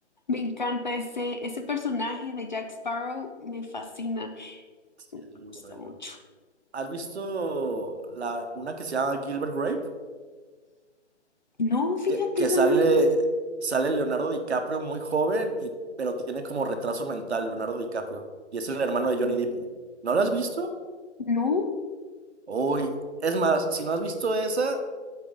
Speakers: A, on the left; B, on the right.
A: Me encanta ese, ese personaje de Jack Sparrow, me fascina, me
B: Sí, es muy
A: gusta
B: bueno.
A: mucho.
B: ¿Has visto la, una que se llama Gilbert Grape?
A: No, fíjate,
B: Que, que
A: esa
B: sale,
A: no la he visto.
B: sale Leonardo DiCaprio muy joven, y, pero tiene como retraso mental Leonardo DiCaprio. Y es el hermano
A: Mm.
B: de Johnny Depp. ¿No lo has visto?
A: No,
B: Uy, es más, si no has visto esa...